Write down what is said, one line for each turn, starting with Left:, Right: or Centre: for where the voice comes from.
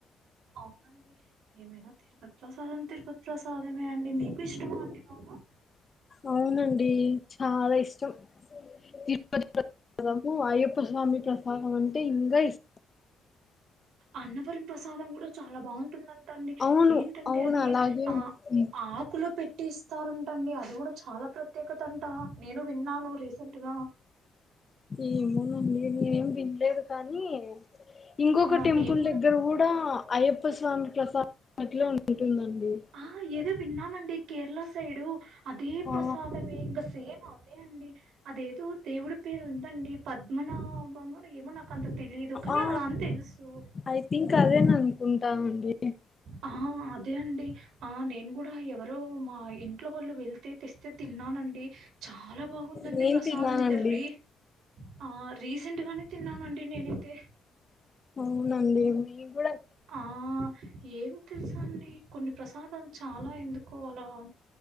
Right: అవునండి ఏమైనా తిరుపతి ప్రసాదం తిరుపతి ప్రసాదమే అండి మీకు ఇష్టమ అండి బాగా
Left: అవునండి చాలా ఇష్టం తిరుపతి ప్రసాదము అయ్యప్ప స్వామి ప్రసాదం అంటే ఇంకా ఇస్
Right: అన్నవరం ప్రసాదం కూడా చాలా బాగుం ఉంటుందంటా అండి
Left: అవును
Right: ఏంటంటే
Left: అవును
Right: అది
Left: అలాగే
Right: ఆ
Left: ఉంటుంది.
Right: ఆకులో పెట్టి ఇస్తే ఇస్తారంటండి అది కూడా చాలా ప్రత్యేకత అంట నేను విన్నాను రీసెంట్ గా
Left: ఏమోనండి నేనేం వినలేదు కానీ ఇంకొక
Right: ఆ
Left: టెంపుల్
Right: నేను
Left: దగ్గర కూడా అయ్యప్ప స్వామి ప్రసాదం అట్లే ఉంటుందండి
Right: ఆ ఏదో విన్నానండి. కేరళ సైడు అదే ప్రసాదమే
Left: ఆ
Right: ఇంక సేమ్ అదే అండి అదేదో దేవుడి పేరుందండి పద్మనాభముడు ఏమో నాకు అంత తెలిదు కానీ
Left: ఆ ఆ
Right: అలా అని తెలుసు
Left: ఐ థింక్ అదే అనుకుంటా నండి
Right: ఆహా అదే అండి ఆ నేను కూడా ఎవరో మా ఇంట్లో వాళ్ళు వెళ్తే తెస్తే తిన్నానండి చాలా బాగుందండి
Left: నేను
Right: ప్రసాదం
Left: తిన్నానండి
Right: అయితే రే ఆ రీసెంట్గానే తిన్నా నండి నేనైతే
Left: అవునండి మీరు కూడా
Right: ఆ ఏం తెలుసా అండి కొన్ని ప్రసాదాలు చాలా ఎందుకో అండి అలా